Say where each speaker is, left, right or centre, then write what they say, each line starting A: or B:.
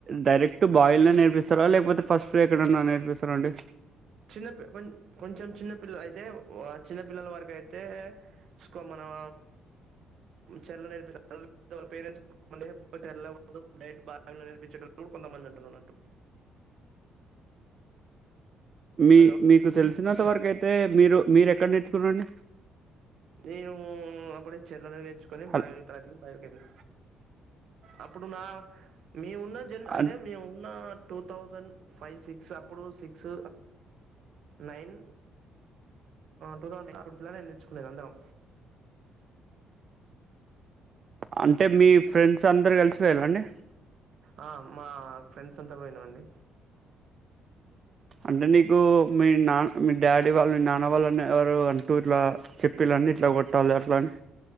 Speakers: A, on the right (about 35°); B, on the right (about 55°).
A: డైరెక్ట్ బాయిల్ లో నేర్పిస్తారా లేకపోతే ఫస్ట్ ఎక్కడ నా నేర్పిస్తా అండి
B: చిన్న పీ కో కొంచెం చిన్నపిల్ల అయితే చిన్న పిల్లల వరకు అయితేకో మనం చరలు నేర్పించ వాళ్ళ పేరెంట్స్ర డట్ బాగా నేర్పించ కొంతమంది ఉంటురున్నట్టు
A: <inaudible> మీ
B: హలో
A: మీకు తెలిసినంత వరకు అయితే మీరు మీరు ఎక్కడ నేర్చుకున్నండి
B: నేను అప్పుడే చెర్లోనే నేర్చుకొని
A: హల్
B: బయ తతికి బయకి వెళ్ళా అప్పుడు నా మీ ఉన్న జన్ అంటే
A: అన్
B: మేము ఉన్న టూ థౌసండ్ ఫైవ్ సిక్స్ అప్పుడు సిక్స్ నైన్ టూౌసడ్ ఎయిట్ నుకునేది అందరం
A: అంటే మీ ఫ్రెండ్స్ అందరు కలిసిపోయాలండి
B: ఆ మా ఫ్రెండ్స్ అంతా పోయినం అండి
A: అంటే నీకు మీ నాన్న మీ డాడీ వాళ్ళు మీ నాన్న వాళ్ళుని ఎవరు అంటూ ఇట్లా చెప్పిల అన్ని ఇట్లో కొట్టాలి అట్లాని